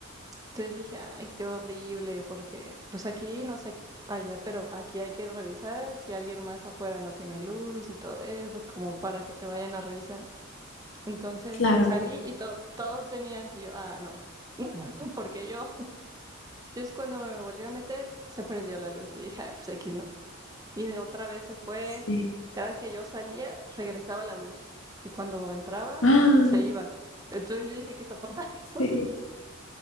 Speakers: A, on the right; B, on the left.
A: Entonces dije, ay, qué horrible, porque pues aquí no sé allá, pero aquí hay que revisar si alguien más afuera no tiene luz y todo eso, como para que te vayan a revisar. Entonces
B: claro,
A: salí y to- todos tenían, y yo, ah, no, <laughs> porque yo? Entonces cuando me volví a meter, se prendió la luz y dije, "Ah, pues aquí no y de otra vez se fue.
B: sí.
A: Cada que yo salía, regresaba la luz y cuando entraba,
B: <gasps> Ah,
A: se iba. Entonces yo dije, ¿qué está pasando? <laughs>
B: sí.